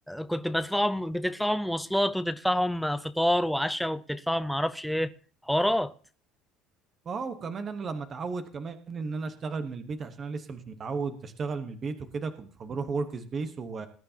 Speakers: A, in the centre; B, on the right (about 25°).
A: كنت بدفعهم بتدفعهم مواصلات وتدفعهم فطار وعشاء وبتدفعهم معرفش ايه حوارات
B: اه وكمان انا لما اتعود كمان ان انا اشتغل من البيت عشان انا لسه مش متعود اشتغل من البيت وكده كنت- فبروح ورك سبيس و